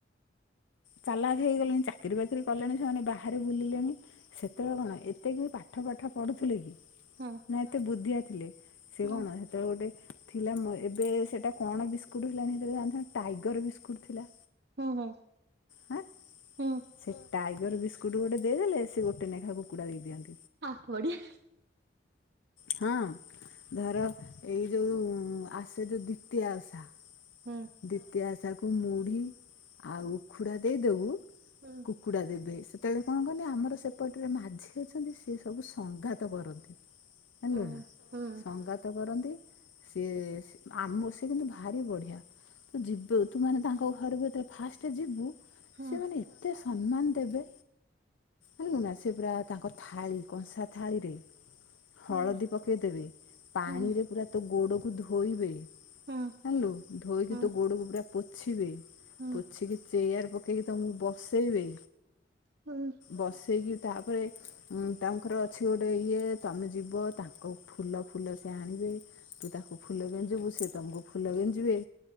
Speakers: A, on the left (about 80°); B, on the right (about 60°).
A: ଚାଲାକ ହେଇଗଲେଣି ଚାକିରି ବାକିରି କଲେଣି ସେମାନେ ବାହାରେ ବୁଲିଲେଣି ସେତେବେଳେ କଣ ଏତେ କି ପା ପାଠ ପାଠ ପଢୁଥିଲେ କି
B: ହୁଁ
A: ନା ଏତେ ବୁଦ୍ଧିଆ ଥିଲେ ସେ
B: ହୁଁ
A: କଣ ସେତେବେଳେ ଗୋଟେ ଥିଲା ମୋ ଏବେ ସେଟା କଣ ବିସ୍କୁଟ ହେଲାଣି <unintelligible> ଟାଇଗର ବିସ୍କୁଟ ଥିଲା।
B: ହୁଁ ହୁଁ
A: ହାଁ
B: ହୁଁ
A: ସେ ଟାଇଗର ବିସ୍କୁଟ ଗୋଟେ ଦେଇଦେଲେ ସେ ଗୋଟେ ନେଖା କୁକୁଡ଼ା ଦେଇ ଦିଅନ୍ତି।
B: ଆ ବଢିଆ।
A: ହଁ ଧର ଏଇ ଯୋଉ ଆସେ ଯୋଉ ଦ୍ୱତୀୟ ଓଷା।
B: ହୁଁ
A: ଦ୍ୱିତୀୟ ଓଷାକୁ ମୁଢି ଆଉ ଉଖୁଡ଼ା ଦେଇଦବୁ
B: ହୁଁ
A: କୁକୁଡ଼ା ଦେବେ ସେ ସେତେବେଳେ କଣ କଲେ ଆମର ସେପଟରେ ମାଝୀ ଅଛନ୍ତି ସ ସବୁ ସଂଘାତ କରନ୍ତି। ଯାଇଲନା
B: ହୁଁ ହୁଁ
A: ସଙ୍ଗାତ କରନ୍ତି ସିଏ ଆମ ସେ କିନ୍ତୁ ଭାରି ବଢିଆ ଯିବୁ ତୁ ତାଙ୍କ ଘରକୁ ଫାଷ୍ଟ୍ ଯିବୁ
B: ହୁଁ
A: ସେମାନେ ଏତେ ସମ୍ମାନ ଦେବେ। ଝିଲୁନା ସେ ପୁରା ତାଙ୍କ ଥାଳି କଂସା ଥାଳିରେ ହଳଦୀ
B: ହୁଁ
A: ପକେଇଦବେ ପାଣିରେ
B: ହୁଁ
A: ପୁରା ତୋ ଗୋଡକୁ ଧୋଇବେ।
B: ହୁଁ।
A: ଆଲୁ ଧୋଇକି
B: ହଁ
A: ତୋ ଗୋଡ଼କୁ ପୁରା ପୋଛିିବେ,
B: ହଁ
A: ପୋଛି କି ଚେୟାର ପକେଇକି ତମୁକୁ ବସେଇବି
B: ହଁ
A: ବସେଇକି ତାପରେ ତାଙ୍କର ଅଛି ଗୋଟେ ଇଏ ତମେ ଯିବ ତାଙ୍କ ଫୁଲ ଫୁଲ ସେ ଆଣିବି। ତୁ ତାକୁ ଫୁଲ ଗେଞ୍ଜିବୁ ସେ ତମକୁ ଫୁଲ ଗେଞ୍ଜିବେ।